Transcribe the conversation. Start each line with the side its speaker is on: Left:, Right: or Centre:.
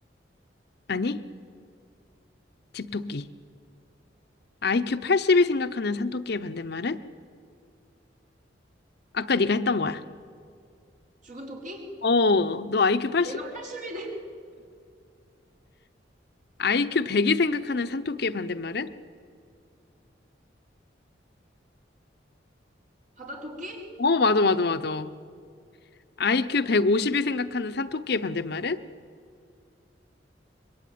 Left: 아니, 집토끼. IQ 80이 생각하는 산토끼의 반대말은? 아까 네가 했던 거야.
Right: 죽은 토끼?
Left: 어, 너 IQ 80,
Right: 내가 80이네.
Left: IQ 100이 생각하는 산토끼의 반대말은?
Right: 바다 토끼?
Left: 어, 맞아, 맞아, 맞아. IQ 150이 생각하는 산토끼의 반대말은?